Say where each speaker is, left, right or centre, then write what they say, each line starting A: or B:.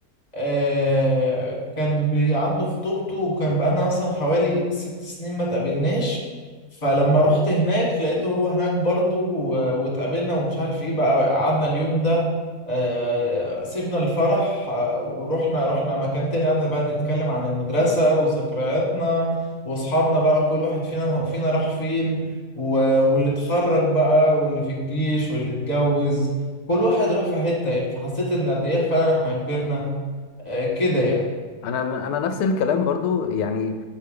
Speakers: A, on the left (about 25°); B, on the left (about 75°).
A: آه كان بي عنده خطوبته وكان بقالنا مثلا حوالي ست سنين ما تقابلناش فلما رحت هناك لقيته هو هناك برضو و- واتقابلنا ومش عارف ايه بقى قعدنا اليوم ده آه سيبنا الفرح آه ورحنا رحنا مكان تاني قعدنا بقى نتكلم عن المدرسة وذكرياتنا واصحابنا بقى كل واحد فينا فينا راح فين و- واللي اتخرج بقى واللي في الجيش واللي اتجوز كل واحد راح في حتة يعني فحسيت ان قد ايه فعلا احنا كبرنا آه، كده يعني
B: انا انا نفس الكلام برضو يعني